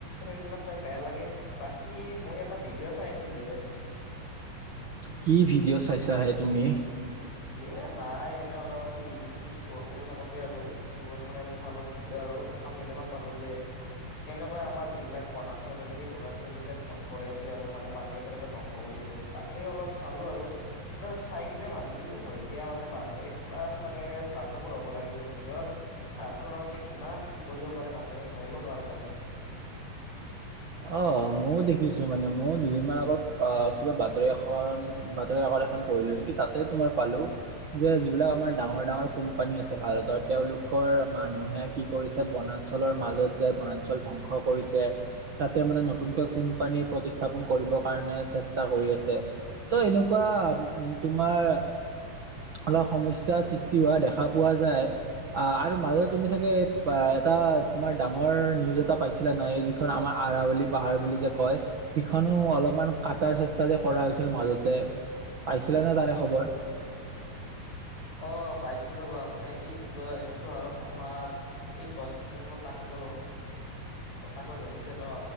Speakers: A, on the left; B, on the right.
A: সেইবিলাক চাই বেয়া লাগে বাকী মই এটা ভিডিঅ' চাই আছিলো হে
B: কি ভিডিঅ' চাইছাহে তুমি?
A: এ নাই এনে অলপ ইউটিউবটো স্ক্ৰল কৰি থাকোঁ আৰু ইউটিউবত মানে এ চালো ভিডিঅ' আৰু থাম্মেল এখন পালো যে কেনেকৈ আমাৰ যিবিলাক বনাঞ্চল আছে সেই বনাঞ্চল বিলাক ধ্বংস হৈ আছে আৰু মানে মানুহে কেনেকৈ ধ্বংস কৰি আছে তাকে অলপ চালো আৰু, মানে চাই কিনে ভাবিলোঁ যে হয় দিয়া মানে মানুহে কিমান মানে স্বাৰ্থপৰ হ'ব লাগিব নিজৰ স্বাৰ্থৰ কাৰণে কিমান কি কৰিব পাৰে মানুহে, ভাবিব নোৱাৰো তাকে
B: অঁ মইও দেখিছো মানে মও দুদিনমান আগত আহ কিবা বাতৰি এখন বাতৰি কাকত এখন পঢ়িলো নিকি তাতে তোমাৰ পালো যে যিবিলাক আমাৰ ডাঙৰ ডাঙৰ কোম্পানী আছে ভাৰতৰ তেওঁলোকৰ মানুহে কি কৰিছে বনাঞ্চলৰ মাজত যাই বনাঞ্চল ধ্বংস কৰিছে তাতে মানে নতুনকৈ কোম্পানীৰ প্ৰতিস্থাপন কৰিব কাৰণে চেষ্টা কৰি আছে ত' এনেকুৱা তোমাৰ অলপ সমস্যাৰ সৃষ্টি হোৱা দেখা পোৱা যায় অহ আৰু মাজতে তুমি চাগে এটা তোমাৰ ডাঙৰ নিউজ এটা পাইছিলা নহয় এই যিখন আমাৰ আৰাৱলী পাহাৰ বুলি যে কয় সিখনো অলপমান কাটাৰ চেষ্টা যে কৰা হৈছিল মাজতে, পাইছিলা নে তাৰে খবৰ?
A: অঁ পাইছিলো ৰ'বা মানে এই যিটো যিটো হাৰত আমাৰ এই গছ গছনিবোৰ কাটিব ল ত কাকো জধিছে ন